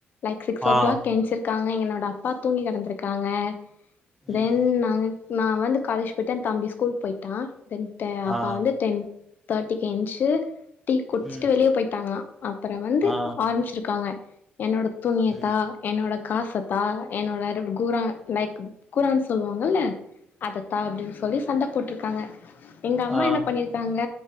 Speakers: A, on the left; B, in the centre.
A: லைக் சிக்ஸ் ஓ
B: ஆ
A: கிளாக் ஏன்ச்ருக்காங்க என்னோட அப்பா தூங்கி கிடந்திருக்காங்க தென்
B: ம்
A: நாங்க நா வந்து காலேஜ் போயி்ட்டே என் தம்பி ஸ்கூல் போயிட்டா தென் அப்பா
B: ஆ
A: வந்து டென் தேட்டிக்கு ஏன்ஞ்சு டி குடிச்சுட்டு
B: ம்
A: வெளியே போயிட்டாங்களா அப்பற வந்து
B: ஆ
A: ஆரம்பிச்சிருக்காங்க என்னோட துணிய
B: ம்
A: தா என்னோட காசத்தா என்னோட குரான் லைக் குரான்னு சொல்லுவாங்கல்ல அதத்தா அப்டின்னு சொல்லி சண்ட போட்ருக்காங்க எங்க அம்மா
B: ஆ
A: என்ன பண்ணிருக்காங்க